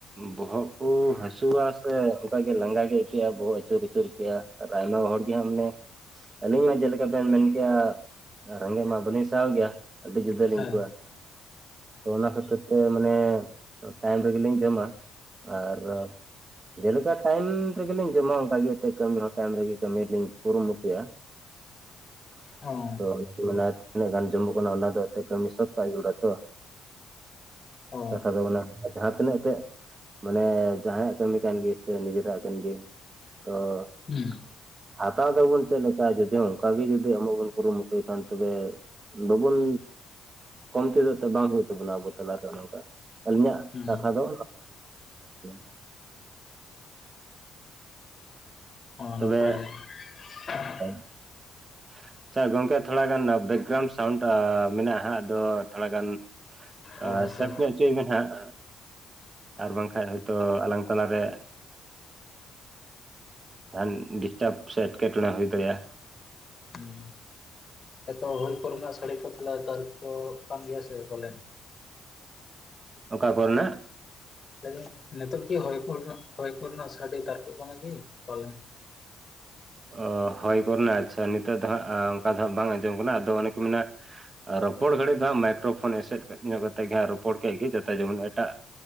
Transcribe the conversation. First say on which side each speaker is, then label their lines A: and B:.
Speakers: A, on the right; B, on the left.
A: ᱵᱚᱦᱚᱜ ᱠᱩ ᱦᱟᱹᱥᱩᱣᱟ ᱥᱮ ᱚᱱᱠᱟᱜᱤ ᱞᱟᱸᱜᱟ ᱜᱮ ᱟᱹᱭᱠᱟᱹᱜᱼᱟ ᱵᱚᱦᱚᱜ ᱟᱹᱪᱩᱨ ᱟᱹᱪᱩᱨ ᱛᱮᱭᱟᱜ ᱟᱨ ᱟᱭᱢᱟ ᱦᱚᱲ ᱜᱮ ᱦᱟᱸ ᱢᱟᱱᱮ ᱟᱹᱞᱤᱧ ᱢᱟ ᱡᱮᱞᱮᱠᱟ ᱵᱮᱱ ᱢᱮᱱ ᱠᱮᱭᱟ ᱨᱮᱜᱮᱡ ᱢᱟ ᱵᱟᱹᱞᱤᱧᱼᱼ ᱠᱟᱣ ᱜᱮᱭᱟ ᱟᱹᱰᱤ ᱡᱩᱫᱟᱹ ᱞᱤᱧ
B: ᱦᱮᱸ
A: ᱟᱭᱠᱟᱹᱣᱟ ᱛᱚ ᱚᱱᱟ ᱠᱷᱟᱹᱛᱤᱨ ᱛᱮ ᱢᱟᱱᱮ ᱴᱟᱭᱤᱢ ᱨᱮᱜᱮᱞᱤᱧ ᱡᱚᱢᱟ ᱟᱨ ᱡᱮᱞᱮᱠᱟ ᱴᱟᱭᱤᱢ ᱨᱮᱜᱮᱞᱤᱧ ᱡᱚᱢᱟ ᱚᱱᱠᱟᱜ ᱜᱮ ᱮᱱᱛᱮᱫ ᱠᱟᱹᱢᱤ ᱦᱚᱸ ᱴᱟᱭᱤᱢ ᱨᱮᱜᱮ ᱠᱟᱹᱢᱤ ᱞᱤᱧ ᱠᱩᱨᱩᱢᱩᱴᱩᱼᱭᱟ <inaudible>
B: ᱚ
A: ᱛᱤᱱᱟᱹᱜ ᱜᱟᱱ ᱡᱚᱱᱢᱚᱜ ᱠᱟᱱᱟ ᱚᱱᱟ ᱫᱚ ᱮᱱᱛᱮ ᱠᱟᱹᱢᱤ ᱥᱟᱵ ᱠᱟᱜ ᱡᱟᱹᱨᱩᱲᱟ ᱛᱚ
B: ᱚ
A: ᱠᱟᱛᱷᱟ ᱫᱚ ᱚᱱᱟ <inaudible> ᱡᱟᱦᱟᱸ ᱛᱤᱱᱟᱹᱜᱮ ᱢᱟᱱᱮ ᱡᱟᱦᱟᱸᱭᱟᱜ ᱠᱟᱹᱢᱤ ᱠᱟᱱ ᱜᱮ ᱥᱮ ᱱᱤᱡᱮᱨᱟᱜ ᱠᱟᱱ ᱜᱮ ᱛᱚᱻ
B: ᱦᱩᱸ
A: ᱦᱟᱛᱟᱣ ᱫᱚᱵᱚᱱ ᱪᱮᱫ ᱞᱮᱠᱟ ᱡᱩᱫᱤ ᱚᱱᱠᱟᱜ ᱜᱮ ᱡᱩᱚᱫᱤ ᱮᱢᱚᱜ ᱵᱚᱱ ᱠᱩᱨᱩ ᱢᱩᱴᱩᱭ ᱠᱷᱟᱱ ᱛᱚᱵᱮ, ᱵᱟᱵᱚᱱ ᱠᱚᱢ <inaudible> ᱵᱟᱝ ᱦᱩᱭᱩᱜ ᱛᱟᱵᱚᱱᱟ ᱟᱵᱚ ᱛᱟᱞᱟᱨᱮ ᱚᱱᱮ ᱚᱱᱠᱟ ᱟᱹᱞᱤᱧᱟᱜ
B: ᱦᱩᱸ
A: ᱠᱟᱛᱷᱟ ᱫᱚ <inaudible>
B: ᱚᱱᱟ
A: ᱛᱚᱵᱮ
B: ᱯᱨᱟᱭ <inaudible>
A: <unintelligible> ᱟᱪᱪᱷᱟ ᱜᱚᱝᱠᱮ ᱛᱷᱚᱲᱟ ᱜᱟᱱ ᱵᱮᱠᱜᱨᱟᱣᱩᱱᱰ ᱥᱟᱣᱩᱱᱰ ᱢᱮᱱᱟᱜᱼᱟ ᱟᱫᱚ ᱛᱷᱚᱲᱟᱟᱜᱟᱱ, <inaudible>
B: ᱚ ᱟᱪᱪᱷᱟ
A: ᱥᱮᱯ ᱧᱚᱜ ᱦᱚᱪᱚᱭ ᱵᱮᱱ ᱦᱟᱸᱜ ᱟᱨ ᱵᱟᱝᱠᱷᱟᱱ ᱦᱳᱭᱛᱳ ᱟᱞᱟᱝ ᱛᱟᱞᱟᱨᱮ ᱟᱱ ᱰᱤᱥᱴᱟᱵ ᱥᱮ ᱮᱴᱠᱮᱴᱚᱬᱮ ᱦᱩᱭ ᱫᱟᱲᱮᱭᱟᱜ
B: ᱦᱩᱸ ᱮᱛᱚ ᱦᱩᱭ ᱠᱚᱨᱮᱱᱟᱜ ᱥᱟᱹᱲᱤ ᱠᱚ ᱛᱟᱦᱚᱞᱮ ᱛᱟᱨᱠᱚ ᱠᱟᱱ ᱜᱮᱭᱟ ᱥᱮ ᱵᱚᱞᱮᱱ
A: ᱚᱠᱟ ᱠᱚᱨᱮᱱᱟᱜ
B: ᱮ ᱱᱤᱛᱚᱜ ᱠᱤ ᱦᱚᱭ ᱠᱩ ᱦᱚᱭ ᱠᱚᱨᱮᱱᱟᱜ ᱥᱟᱰᱮ ᱛᱟᱨᱠᱚᱜ ᱠᱟᱱᱟ ᱠᱤ ᱯᱟᱞᱮᱱ
A: ᱚ ᱦᱚᱭ ᱠᱚᱨᱮᱱᱟᱜ ᱟᱪᱷᱟ ᱱᱤᱛᱚᱜ ᱫᱚ ᱦᱜ ᱚᱱᱠᱟ ᱫᱚ ᱦᱜ ᱵᱟᱝ ᱟᱸᱡᱚᱢ ᱠᱟᱱᱟ ᱟᱫᱚ ᱚᱱᱮ ᱠᱚ ᱢᱮ ᱨᱚᱯᱚᱲ ᱜᱷᱟᱹᱲᱤᱡ ᱫᱚ ᱦᱟᱸᱜ ᱢᱟᱭᱠᱨᱳ ᱯᱷᱳᱱ ᱮᱥᱮᱫ ᱧᱚᱜ ᱠᱟᱛᱮᱜ ᱜᱮᱟᱸᱜ ᱨᱚᱯᱚᱲ ᱠᱮᱫ ᱜᱮ ᱡᱚᱛᱚ ᱡᱮᱢᱚᱱ ᱮᱴᱟᱜ